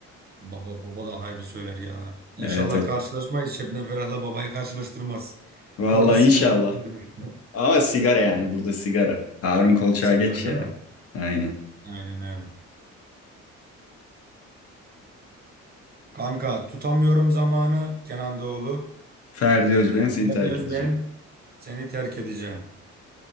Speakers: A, on the right; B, on the left.
A: Baba baba da harbi söyler ya. İnşallah
B: Evet evet.
A: karşılaşmayız. Şebnem Ferah'la babayı karşılaştırmaz.
B: Vallahi
A: Orada sıkıntı
B: inşallah.
A: yok. diyorum.
B: Ama sigara yani
A: <laughs>
B: burada sigara. Harun Kolçak'a
A: Sigara
B: geç
A: değil
B: ya.
A: mi?
B: Aynen.
A: Aynen öyle. Kanka tutamıyorum zamanı Kenan Doğulu.
B: Ferdi
A: Ee,
B: Özben seni
A: Ferdi
B: terk
A: Özbeğen
B: edeceğim.
A: seni terk edeceğim.